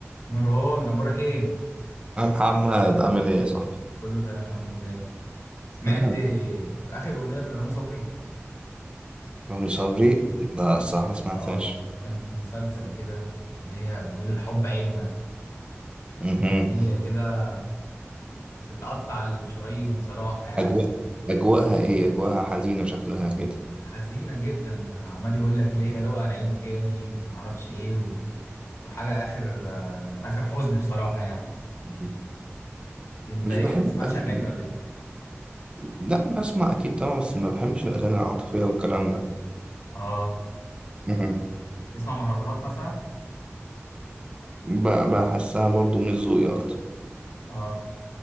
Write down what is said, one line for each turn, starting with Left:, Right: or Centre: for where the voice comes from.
Left: مروان اخبارك ايه
Right: يا محمد عامل ايه يا صاحبي؟
Left: كله تمام الحمد لله سمعت
Right: مهم.
Left: اخر اغنيه لرامي صبري
Right: رامي صبري لا الصراحة ما سمعتهاش
Left: اه كان في مسلسل كده اللي هي بيقول الحب عيبنا
Right: مهم.
Left: اغنيه كده تتقطع الشرايين بصراحه يعني
Right: أجواء أجواءها إيه؟ أجواءها حزينة شكلها كده
Left: حزينه جدا ده عمال يقول لك
Right: <laughs>
Left: ليه لو هنعيده تاني ومعرفش ايه و... وحاجه اخر آه اخر حزن بصراحه يعني
Right: مهم.
Left: انت
Right: مش
Left: ايه
Right: بحب
Left: بتسمعش
Right: الأغاني
Left: اغاني ولا ايه
Right: لا بسمع أكيد طبعا بس ما بحبش الأغاني العاطفية والكلام ده
Left: اه
Right: مهم.
Left: تسمع مهرجانات مثلا
Right: ب- بحسها برضو مش ذوقي أكتر
Left: اه